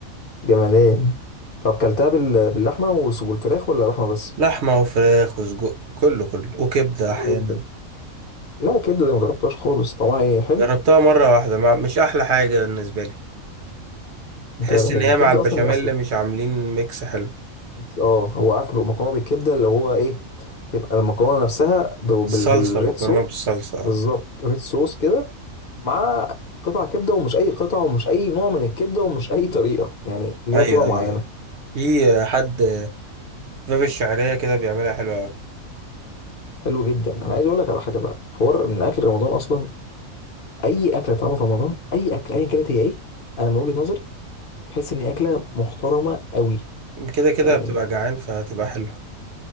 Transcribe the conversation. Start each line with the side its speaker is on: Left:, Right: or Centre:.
Left: جمدان طب كلتها بال- باللحمه والفراخ ولا لحمه بس
Right: لحمة وفراخ وسجق كله كله وكبدة
Left: حلو
Right: أحيانا
Left: جدا لا الكبده دي ما جربتهاش خالص طعمها ايه حلو
Right: جربتها مرة واحدة مع... مش أحلى حاجة بالنسبة لي تحس
Left: فعلا لان
Right: إن هي
Left: الكبده
Right: مع البشاميل
Left: اصلا اصل
Right: مش عاملين ميكس حلو
Left: ميكس اه هو عارف مكرونه بالكبده اللي هو ايه تبقى المكرونه نفسها ب- بال...
Right: الصلصة
Left: بالريد
Right: مكرونة
Left: صوص
Right: بالصلصة اه.
Left: بالظبط ريد صوص كده مع قطع كبده ومش اي قطع ومش اي نوع من الكبده ومش اي طريقه يعني ليها
Right: أيوه
Left: طريقه
Right: أيوه
Left: معينه
Right: أيوه في حد في باب الشعرية كده بيعملها حلوة أوي
Left: حلو جدا انا عايز اقول لك على حاجه بقى حوار ان اكل رمضان اصلا اي اكله طعمها في رمضان اي اكل ايا كانت هي ايه انا من وجهه نظري بحس ان هي اكله محترمه قوي
Right: كده كده
Left: يعني
Right: بتبقى جعان فهتبقى حلوة